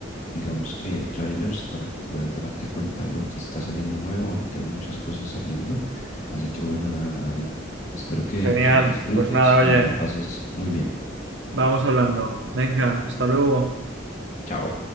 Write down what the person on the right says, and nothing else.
Genial,
pues nada, oye,
vamos hablando. Venga, hasta luego.